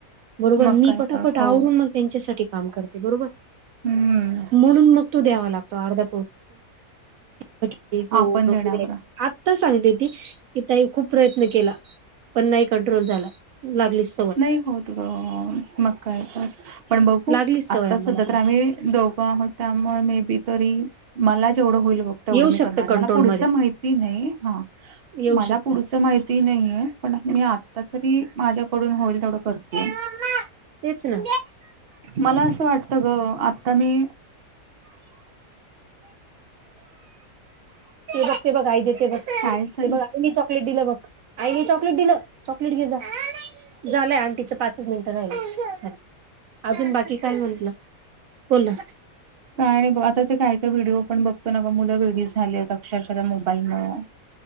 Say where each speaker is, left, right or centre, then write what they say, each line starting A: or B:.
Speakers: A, on the right; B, on the right.
A: बरोबर,
B: मग
A: मी
B: काय
A: पटापट
B: तर हो
A: आवरून मग त्यांच्यासाठी काम करते, बरोबर.
B: हम्म
A: म्हणून मग तो द्यावा लागतो, अर्धा हो,
B: आपण
A: नोकरी
B: देण्यावर
A: आहे, आता सांगते ती, की ताई खूप प्रयत्न केला पण नाही कंट्रोल झाला, लागलीस
B: नाही होत ग, मग काय आता पण बघू,
A: लागलीच
B: आत्ता
A: सवय आम्हाला
B: सध्या तर
A: पण
B: आम्ही दोघं आहोत. त्यामुळे मे बी तरी मला जेवढं होईल बघ. तेवढं
A: येऊ
B: मी
A: शकतं
B: करणार
A: कंट्रोलमध्ये
B: मला पुढचं माहिती नाही हा.
A: येऊ
B: मला
A: शकतं
B: पुढचं माहिती नाहीये पण मी आता तरी माझ्या पडून होईल तेवढं करतेय.
A: तेच ना.
B: मला असं वाटत ग आता मी
A: बक्े बघा देते बस.
B: कायचल
A: आणिने चॉकलेट दिलं बघ. आईने चॉकलेट दिलं चॉकलेट घे जा झालंय आंटीच पाचच मिनिटं राहि अजून बाकी काय म्हटलं बोला.
B: काय आणि आता ते काय काय व्हिडिओ पण बघतो न का मुलं वेगळी झाले आहेत अक्षरशः मोबाईलमुळे